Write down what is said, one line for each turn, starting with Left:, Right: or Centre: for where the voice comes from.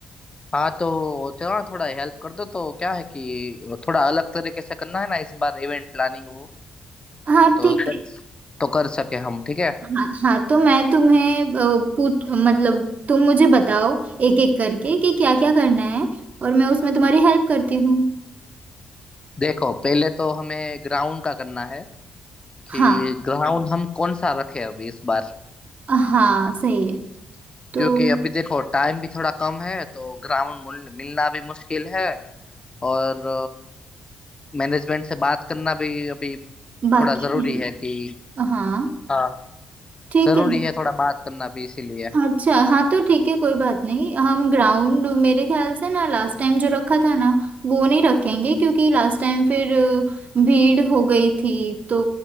Left: हाँ तो चलो ना थोड़ा हेल्प कर दो तो क्या है कि थोड़ा अलग तरीके से करना है ना इस बार इवेंट प्लानिंग वो
Right: हाँ
Left: तो
Right: ठीक
Left: कर
Right: है
Left: तो कर सके हम ठीक है
Right: हाँ हाँ तो मैं तुम्हें अ, पूछ मतलब तुम मुझे बताओ एक एक करके कि क्या क्या करना है और मैं उसमें तुम्हारी हेल्प करती हूँ
Left: देखो पहले तो हमें ग्राउंड का करना है कि
Right: हाँ
Left: ग्राउंड हम कौन सा रखे अभी इस बार
Right: हाँ सही है तो
Left: क्योंकि अभी देखो टाइम भी थोड़ा कम है तो ग्राउंड मिलना भी मुश्किल है और मैनेजमेंट से बात करना भी अभी थोड़ा
Right: बाकी
Left: जरूरी
Right: है
Left: है कि
Right: हाँ
Left: हाँ
Right: ठीक
Left: जरूरी
Right: है
Left: है थोड़ा बात करना भी इसीलिए
Right: अच्छा हाँ तो ठीक है कोई बात नहीं हम ग्राउंड मेरे ख्याल से ना लास्ट टाइम जो रखा था ना वो नहीं रखेंगे क्योंकि लास्ट टाइम फिर अ, भीड़ हो गई थी तो